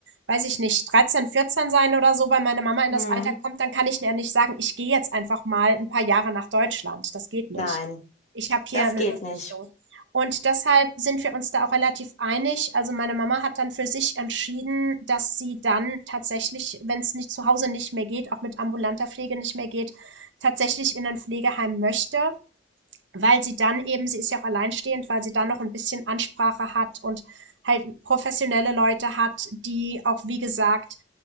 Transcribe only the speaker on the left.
Hm,
nein.
Das
geht
nicht.